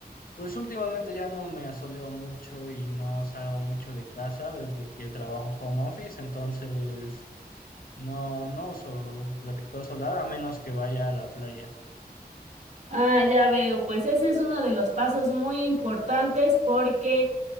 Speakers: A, on the left; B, on the right.
A: pues últimamente ya no me asoleo mucho y no salgo mucho de casa desde que trabajo home office, entonces no, no uso protector solar a menos que vaya a la playa.
B: Ah, ya veo, pues ese es uno de los pasos muy importantes porque